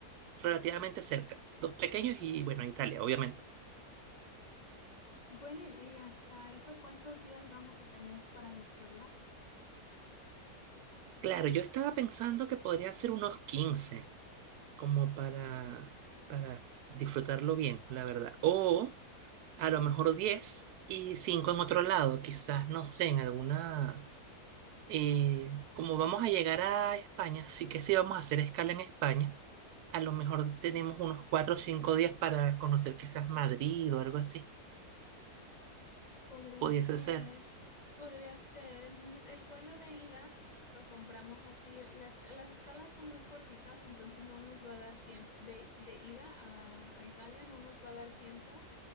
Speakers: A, on the right; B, on the left.
A: relativamente cerca, dos pequeños y, bueno, Italia, obviamente.
B: Bueno, y y hasta eso, ¿cuántos días vamos a tener para nuestro viaje?
A: Claro, yo estaba pensando que podrían ser unos 15 como para, para disfrutarlo bien, la verdad. O a lo mejor 10 y 5 en otro lado, quizás, no sé, en alguna... eh, como vamos a llegar a España, sí que sí vamos a hacer escala en España. A lo mejor tenemos unos 4 o 5 días para conocer quizás Madrid o algo así.
B: Podría
A: Pudiese
B: ser,
A: ser.
B: podría ser. Entonces, el vuelo de ida lo compramos así. Las, las escalas son muy cortitas, entonces no nos va a dar tiempo. De, de ida a, a Italia no nos va a dar tiempo